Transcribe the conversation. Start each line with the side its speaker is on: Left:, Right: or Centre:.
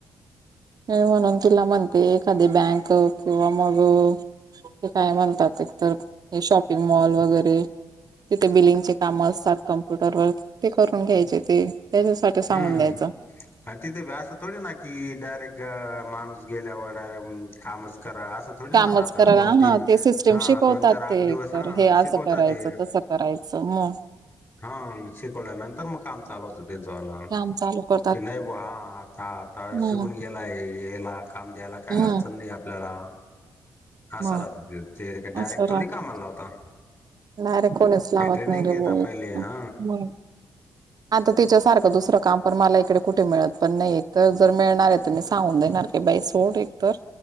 Right: हे म्हणून तुला म्हणते एखादी बँक किंवा मग ते काय म्हणतात एकतर हे शॉपिंग मॉल वगैरे तिथे बिलिंगचे काम असतात कम्प्युटर व ते करून घ्यायचे ते त्याच्यासाठी सांगून
Left: हम्म
Right: द्यायचं
Left: आणि तिथे अस थोडी ना की डायरेक्ट माणूस गेल्यावर डायरेक्ट कामच करा असं थोडी ना
Right: कामच
Left: राहता
Right: करायला
Left: दोन तीन
Right: ह ते सिस्टम
Left: हा
Right: शिकवतात
Left: दोन चार आठ
Right: ते
Left: दिवस
Right: एक तर
Left: हा
Right: हे
Left: शिकवतात
Right: असं करायचं
Left: ते
Right: तस करायचं मग
Left: हां शिकवल्यानंतर मग काम चालव होतं. त्यांच
Right: काम चालू करतात
Left: की नाही ब हा आता
Right: हम्म
Left: शिकूने याला याला काम द्यायला काही
Right: हम्म
Left: अडचण नाही आपल्याला असं
Right: मग
Left: राहत ते ते डायरेक्ट
Right: असं
Left: थोडी
Right: राहत
Left: कामाला लावता
Right: डायरेक्ट कोणीच
Left: ते
Right: लावत
Left: ट्रेनिंग
Right: नाही रे
Left: देत
Right: बोल
Left: पहिले हा
Right: मग आता तिच्यासारखं दुसरं काम पण मला इकडे कुठे मिळत पण नाही तर जर मिळणार आहे तर मी सांगून देणार की बाई सोड एकतर